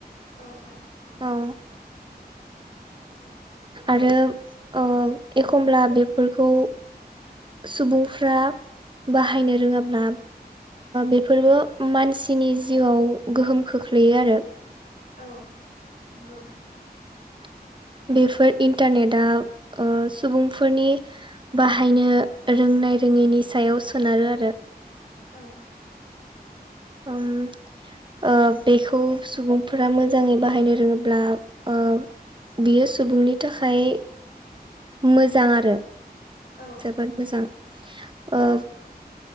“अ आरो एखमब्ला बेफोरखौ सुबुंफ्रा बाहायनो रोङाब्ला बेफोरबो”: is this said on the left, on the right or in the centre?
Right